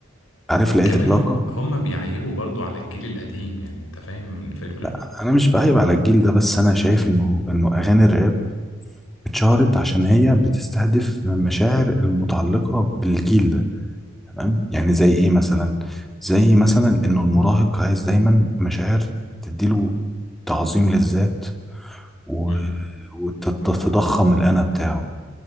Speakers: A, in the centre; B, on the left.
A: عارف لقيت
B: كمان
A: علاقة
B: ه- هم بيعيبوا برضو على الجيل القديم يعني انت فاهم الفكرة
A: لا انا مش بعيب على الجيل ده بس انا شايف انه انه اغاني الراب اتشهرت عشان هي بتستهدف المشاعر المتعلقة بالجيل ده تمام يعني زي ايه مثلا زي مثلا انه المراهق عايز دايما مشاعر تديله تعظيم للذات و...
B: مم.
A: وتتضخم الانا بتاعه